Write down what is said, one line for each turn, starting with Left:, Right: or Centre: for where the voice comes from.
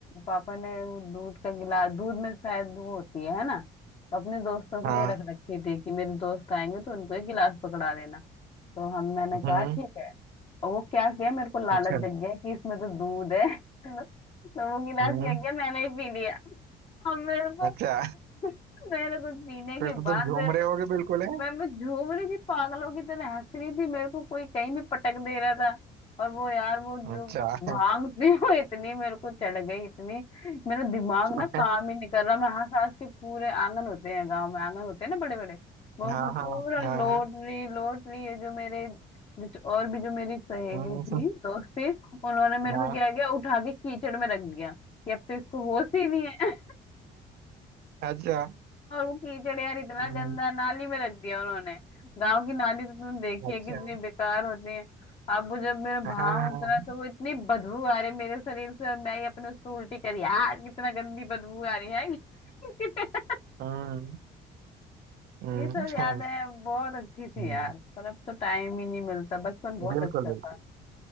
Left: पापा ने वो दूध का गिलास दूध में शायद वो होती है है ना तो अपने दोस्तों के
Right: हाँ
Left: लिए रख रखी थी कि मेरे दोस्त आएंगे तो उनको एक गिलास पकड़ा देना तो हम मैंने कहा
Right: हम्म
Left: ठीक है और वो क्या किया मेरे को लालच
Right: अच्छा
Left: जग गया कि इसमें तो दूध है <laughs> तो वो गिलास
Right: हम्म
Left: क्या किया मैंने ही पी लिया अब मेरे को
Right: अच्छा
Left: <laughs> मेरे को पीने
Right: फिर
Left: के
Right: तो
Left: बाद
Right: तुम झूम
Left: मेरे
Right: रहे
Left: को
Right: होगे बिल्कुल है
Left: मैं मैं झूम रही थी पागलों की तरह हंस रही थी मेरे को कोई कहीं भी पटक दे रहा था और वो यार वो जो
Right: अच्छा
Left: भांग <laughs> थी वो इतनी मेरे को चढ़ गई इतनी मेरा दिमाग
Right: <laughs>
Left: ना काम ही नहीं कर रहा मैं हंस हंस के पूरे आंगन होते हैं गांव में आंगन होते हैं ना बड़े बड़े मैं उसमें
Right: हाँ हाँ
Left: पूरा
Right: हाँ
Left: लौट
Right: हाँ,
Left: रही लौट रही है जो मेरे जो- और भी जो मेरी सहेली
Right: हम्म,
Left: थी दोस्त थी उन्होंने मेरे
Right: <laughs> हाँ
Left: को क्या किया उठा के कीचड़ में रख दिया कि अब तो इसको होश ही नहीं है
Right: अच्छा
Left: और वो कीचड़ यार इतना
Right: हम्म,
Left: गंदा नाली में रख दिया उन्होंने गांव की नाली तो तुमने देखी
Right: अच्छा
Left: है कितनी बेकार होती है अब वो जब मेरा
Right: हाँ
Left: भाव
Right: हाँ
Left: उतरा तो वो इतनी बदबू आ रही मेरे शरीर से और मैं ही अपने उसको उल्टी करी यार कितना गंदी बदबू आ रही है <laughs>
Right: हम्म हम्म,
Left: ये सब
Right: <laughs> अच्छा,
Left: यादें बहुत अच्छी थी
Right: हम्म,
Left: यार पर अब तो टाइम ही नहीं मिलता बचपन बहुत
Right: बिल्कुल
Left: अच्छा
Right: बिल्कुल
Left: था